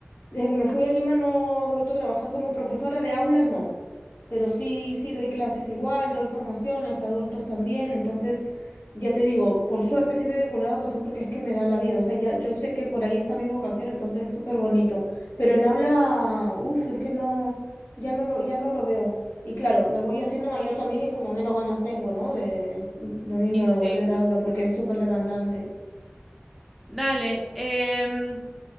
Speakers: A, on the left; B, in the centre.
A: desde que me fui de Lima no he vuelto a trabajar como profesora de aula, no, pero sí, sí doy clases igual, doy formaciones, adultos también, entonces ya te digo, por suerte siempre he vinculado a educación porque es que me da la vida, o sea, ya yo sé que por ahí está mi vocación, entonces es súper bonito, pero en aula, uff, es que no, ya no lo, ya no lo veo. Y claro, me voy haciendo mayor también y es como menos ganas tengo, ¿no? De lo mismo,
B: Y
A: de
B: sí,
A: volver a hablar porque es súper demandante.
B: dale. em,